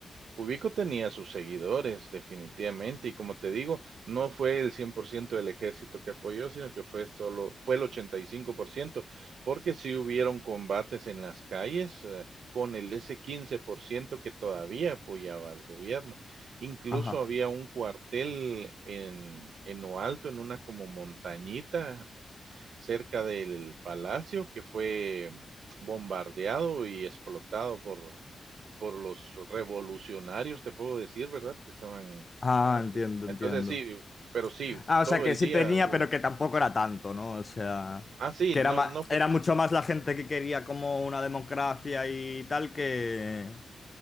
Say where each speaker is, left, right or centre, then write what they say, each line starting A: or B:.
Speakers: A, on the right (about 80°); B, on the left (about 35°).
A: Ubico tenía sus seguidores, definitivamente, y como te digo, no fue el 100% del ejército que apoyó, sino que fue solo, fue el 85% porque sí hubieron combates en las calles eh, con el ese 15% que todavía apoyaba al gobierno. Incluso
B: <laughs> Ajá.
A: había un cuartel en, en lo alto, en una como montañita cerca del palacio, que fue bombardeado y explotado por por los revolucionarios, te puedo decir, ¿verdad? Porque estaban
B: Ah,
A: haciendo
B: entiendo, entiendo.
A: entonces sí, eh, pero sí,
B: Ah, o sea,
A: todo
B: que
A: el
B: sí
A: día
B: tenía,
A: hubo
B: pero que tampoco era tanto, ¿no? O sea,
A: ah, sí,
B: que
A: no
B: era ma-
A: no fue
B: era mucho más la gente que quería como una democracia y tal que...